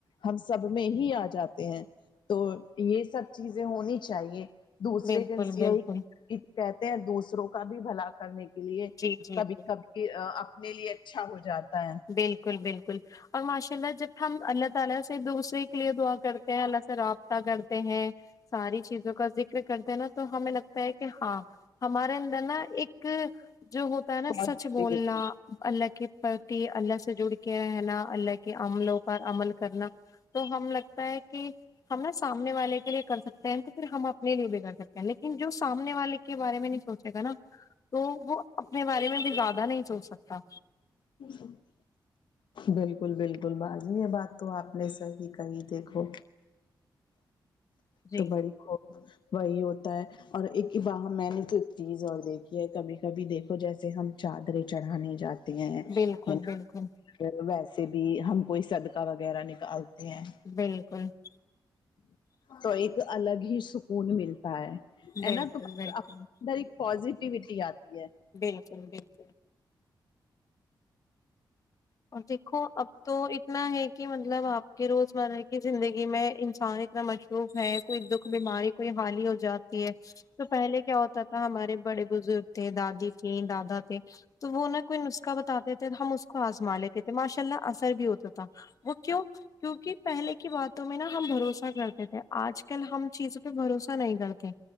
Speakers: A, on the left; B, on the left.
A: ہم سب میں ہی آ جاتے ہیں تو یہ سب چیزیں ہونی چاہیے دوسرے
B: بالکل
A: کے
B: بالکل
A: یہی کہتے ہیں دوسروں کا بھی بھلا کرنے کے لیے
B: جی جی
A: کبھی
B: جی
A: کبھی کہ اپنے لیے اچھا ہو جاتا ہے
B: بالکل بالکل اور ماشاء اللہ جب ہم اللہ تعالی سے دوسرے کے لیے دعا کرتے ہیں اللہ سے رابطہ کرتے ہیں ساری چیزوں کا ذکر کرتے ہیں نا تو تو ہمیں لگتا ہے کہ ہاں ہمارے اندر نا ایک جو ہوتا ہے نا سچ
A: پازیٹیوٹی
B: بولنا اللہ کے پرتی اللہ سے جڑ کے رہنا اللہ کے عملوں پر عمل کرنا تو ہم لگتا ہے کہ ہم نا سامنے والے کے لیے کر سکتے ہیں تو پھر ہم اپنے لیے بھی کر سکتے ہیں لیکن جو سامنے والے کے بارے میں نہیں سوچے گا نا تو وہ اپنے بارے میں بھی زیادہ نہیں سوچ سکتا
A: <unintelligible> بالکل بالکل بازی یہ بات تو آپ نے صحی کہی دیکھو
B: جی
A: تو بڑی خوب وہی ہوتا ہے اور ایک واہ میں نے تو ایک چیز اور دیکھی ہے کبھی کبھی دیکھو جیسے ہم چادریں چڑھانے جاتے تی ہیں
B: بالکل
A: ہیں
B: بالکل
A: ہا ویسے بھی ہم کوئی صدقہ وغیرہ نکالتے ہیں
B: بالکل
A: تو ایک الگ ہی سکون ملتا ہے
B: بالکل
A: ہے نا تو
B: بالکل
A: اندر ایک پزیٹ ٹیوٹی آتی ہے
B: بالکل بالکل اور دیکھو اب تو اتنا ہے کہ مطلب آپ کے روز مرہ کہ زندگی میں انسان اتنا مصروف ہے کوئی دکھ بیماری کوئی حالی ہو جاتی ہے تو پہلے کیا ہوتا تھا ہمارے بڑے بزرگ تھے دادی تھی دادا تھے تو وہ نہ کوئی نسخہ بتاتے تھے تو ہم اس کو آزما لیتے تھے ماشاء اللہ اثر بھی ہوتا تھا وہ کیو کیونکہ پہلے کی باتوں میں نا ہم بھروسہ کرتے تھے آج کل ہم چیزوں پہ بھروسہ نہیں کرتے